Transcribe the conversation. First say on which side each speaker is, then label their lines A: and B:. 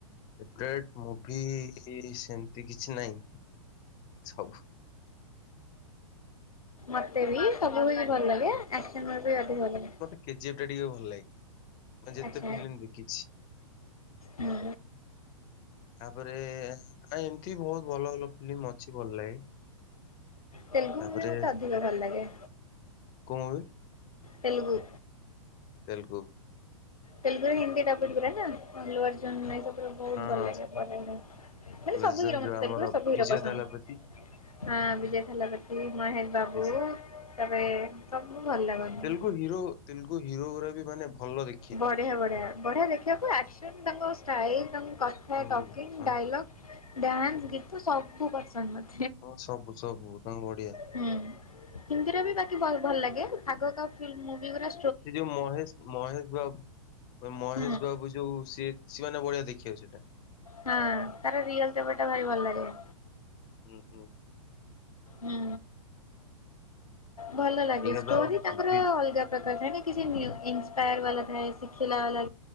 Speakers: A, on the left; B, on the left.
A: ଫେବରାଇଟ୍ ମୁଭି ସେମିତି କିଛି ନାଇଁ ସବୁ
B: ମତେବି ସବୁ ମୁଭି ଭଲ ଲାଗେ ଆକ୍ସନ ଉରାବି ଅଧିକ ଭଲ ଲାଗେ।
A: କେଜିଏଫଟା ଟିକେ ଭଲ ଲାଗେ ମୁଁ ଯେତେ
B: ଆଚ୍ଛା
A: ଫିଲ୍ମ ଦେଖିଛି।
B: ହୁଁ
A: ତାପରେ ଆ ଏମିତି ବହୁତ୍ ଭଲ ଭଲ ଫିଲ୍ମ ଅଛି ଭଲ ଲାଗେ।
B: ତେଲୁଗୁ
A: ତାପରେ
B: ମୁଭି ମତେ ଅଧିକ ଭଲ ଲାଗେ
A: କୋଉ ମୁଭି
B: ତେଲୁଗୁ
A: ତେଲୁଗୁ।
B: ତେଲଗୁର ହିନ୍ଦୀଟା ଡବଲ୍ ଗୁରାନା ଆଲୁଅର୍ଜୁନ <unintelligible> ସବୁଠୁ ବହୁତ୍
A: ହଁ।
B: ଭଲ ଲାଗେ ମାନେ
A: ଲେଜେଣ୍ଡ
B: ସବୁ ହିରୋ
A: ଯୋଉ
B: ମତେ
A: ଆମର
B: ତେଲୁଗୁରେ ସବୁ
A: ବିଜୟ
B: ହିରୋ ପସନ୍ଦ।
A: ତାଲାପତି
B: ହଁ ବିଜୟ ଥେଲପତି ମହେଶ ବାବୁ
A: ବିଜ୍
B: ତାପରେ
A: ଉଁ
B: ସବୁ ଭଲ ଲାଗନ୍ତି।
A: ତେଲୁଗୁ ହିରୋ। ତେଲୁଗୁ ହିରୋ ଉରା ବି ମାନେ ଭଲ ଦେ
B: ବଢିଆ ବଢିଆ ବଢ଼ିଆ ଦେଖିବାକୁ ଆକ୍ସନ ତାଙ୍କ ଷ୍ଟାଇଲ ତାଙ୍କ କଥା
A: ହୁଁ
B: ଟକିଂ
A: ଆଉ
B: ଡାଇଲଗ୍। ଡ୍ୟାନ୍ସ ଗୀତ ସବୁ ପସନ୍ଦ ମ
A: ହଁ ସବୁ ସବୁ ତମ ବଢିଆ।
B: ହୁଁ ହିନ୍ଦୀରେ ବି ବାକି ଭଲ ଲାଗେ ଆଗ ମୋଭି ଗୁଡା
A: ଯିଏ ମହେଶ୍ ମହେଶ୍ ବା ମହେଶ୍
B: ହୁଁ
A: ବାବୁ ଯୋଉ ସିଏ ସିବାନି ଭଳିଆ ଦେଖିବାକୁ ସେଇଟା।
B: ହଁ ତାର ରୟଲ ତେବର୍ ଟା ଭାରି ଭଲ ଲାଗେ।
A: ହୁଁ ହୁଁ।
B: ହଁ ଭଲ ଲାଗେ
A: ଏଇନା
B: ଷ୍ଟୋରି
A: ତ ଆଉ
B: ତାଙ୍କର
A: ବି
B: ଅଲଗା ସେଟା ଛାଡିକି ସେ ନିୟୁ ଇନଷ୍ପାୟାର